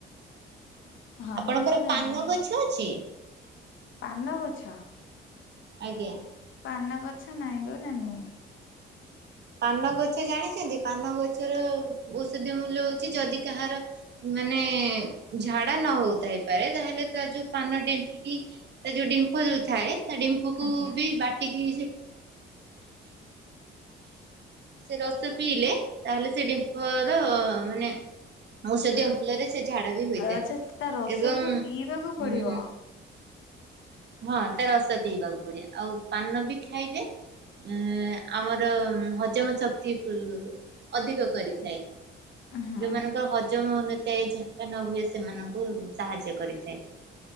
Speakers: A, on the left; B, on the right.
A: ହଁ
B: ଆପଣଙ୍କର
A: ଗୋ ନାନୀ
B: ପାନ ଗଛ ଅଛି?
A: ପାନ ଗଛ।
B: ଆଜ୍ଞା।
A: ପାନ ଗଛ ନାଇଁ ଗୋ ନାନି।
B: ପାନ ଗଛ ଜାଣିଛନ୍ତି ପାନ ଗଛର ଔଷଧ ମୂଲ୍ୟ ହଉଛି ଯଦି କାହାର ମାନେ ଝାଡା ନ ହଉ ଥାଇପାରେ ତାହେଲେ ତା ଯୋଉ ପାନ ଡେମ୍ପିକି ତା ଯୋଉ ଡିମ୍ଫ ଯୋଉ ଥାଏ ତା ଡିମ୍ଫକୁ
A: ଆଜ୍ଞା।
B: ବି ବାଟିକି ସେ ରସ ପିଇଲେ ତାହେଲେ ସେ ଡେମ୍ପର ମାନେ ଔଷଧୀୟ
A: ର
B: ଫୁଲରେ ସେ ଝାଡ଼ା ବି ହୋଇଥାଏ
A: ଆଚ୍ଛା ତା ରସକୁ
B: ଏବଂ ଉ
A: ପିଇବାକୁ ପଡିବ
B: ହଁ ତା ରସ ପିଇବାକୁ ପଡିବ ଆଉ ପାନ ବି ଖାଇଲେ। ଉ ଆମର ହଜମ ଶକ୍ତି ଅଧିକ କରିଥାଏ।
A: ହୁଁ।
B: ଯୋଉମାନଙ୍କର ହଜମ ହଉନଥାଏ ଝାଡ଼ା ନ ହୁଏ ସେମାନଙ୍କୁ ସାହାଯ୍ୟ କରିଥାଏ।